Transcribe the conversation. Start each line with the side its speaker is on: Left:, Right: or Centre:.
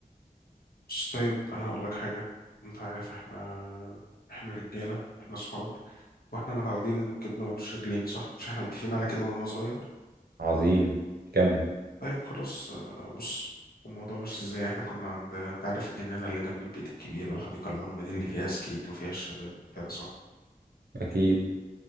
Left: بس طيب انا هقول لك حاجه انت عارف احنا احنا رجاله احنا صحاب واحنا متعودين ان الكدب ملوش رجلين صح مش احنا متفقين على كده من وانا صغير
Right: عظيم كمل
Left: طيب خلاص آه، بص الموضوع مش ازاي احنا كنا عند انت عارف الجنينه اللي جنب البيت الكبير الحديقه العامه دي اللي فيها سكيت وفيها الشباب وبتاع صح
Right: اكيد